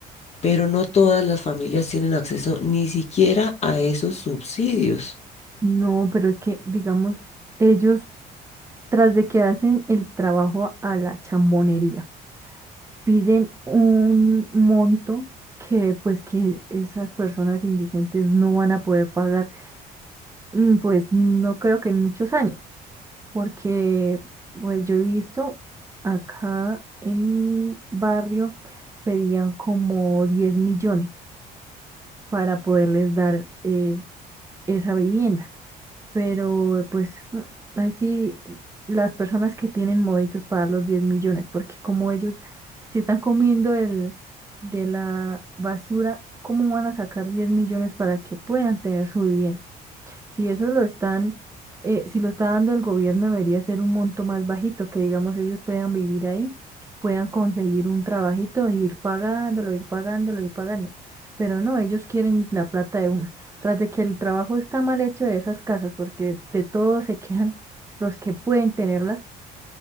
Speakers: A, on the left; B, on the right.
A: pero no todas las familias tienen acceso ni siquiera a esos subsidios.
B: no, pero es que, digamos, ellos, tras de que hacen el trabajo a la chambonería, piden un monto que, pues, que esas personas indigentes no van a poder pagar. Mm, Pues no creo que en muchos años, porque pues yo he visto acá en mi barrio pedían como 10 millones para poderles dar eh, esa vivienda, pero pues mm, ahí sí las personas que tienen moditos para los 10 millones, porque como ellos se están comiendo el de la basura, ¿cómo van a sacar 10 millones para que puedan tener su vivienda? Si eso lo están, eh, si lo está dando el gobierno, debería ser un monto más bajito, que digamos ellos puedan vivir ahí, puedan conseguir un trabajito e ir pagándolo, ir pagándolo, ir pagando. Pero no, ellos quieren la plata de una. Tras de que el trabajo está mal hecho de esas casas, porque de todos se quedan <laughs> los que pueden tenerlas,